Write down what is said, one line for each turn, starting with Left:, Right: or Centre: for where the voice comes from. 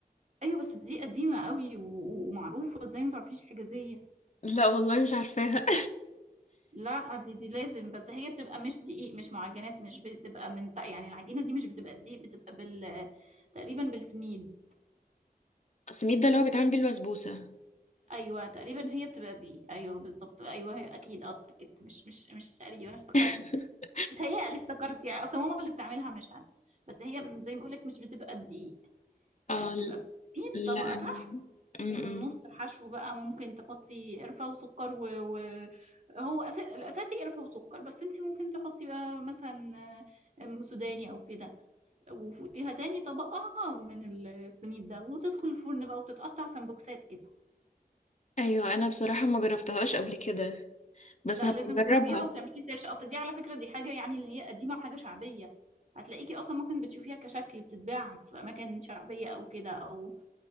Right: ايوه بس دي قديمه قوي و... و- ومعروفه ازاي ما تعرفيش حجازيه
Left: لا والله مش عارفاها
Right: لا دي دي لازم بس هي بتبقى مش دقيق مش معجنات مش بتبقى من تحت يعني العجينه دي مش بتبقى دقيق بتبقى بال تقريبا بالسميد
Left: <laughs> سميد ده اللي هو بيتعمل بيه البسبوسه
Right: ايوه تقريبا هي بتبقى بي ايوه بالظبط ايوه هي اكيد اه اكيد مش مش مش تقريبا أنا افتكرت
Left: <laughs>
Right: بتهيألي افتكرت يعني اصلا ماما اللي بتعملها مش انا بس هي م- زي ما بقول لك مش بتبقى دقيق
Left: اه
Right: آه، بتبقى بتسيب
Left: لا
Right: طبقه
Left: انا
Right: تحت
Left: م-م.
Right: وفي النص حشو بقى ممكن تحطي قرفه وسكر و... و... هو أس... الاساسي قرفه وسكر بس انت ممكن تحطي بقى مثلا آه، آم، سوداني او كده وفوقيها تاني طبقه من السميد ده وتدخل الفرن بقى وتتقطع سمبوكسات كده
Left: ايوه انا بصراحه ما جربتهاش قبل كده بس
Right: لا
Left: هبقى
Right: لازم
Left: اجربها
Right: تجربيها وتعملي سيرش اصل دي على فكرة دي حاجة يعني اللي هي قديمة وحاجة شعبية هتلاقيكي اصلا ممكن بتشوفيها كشكل بتتباع في اماكن شعبية او كده او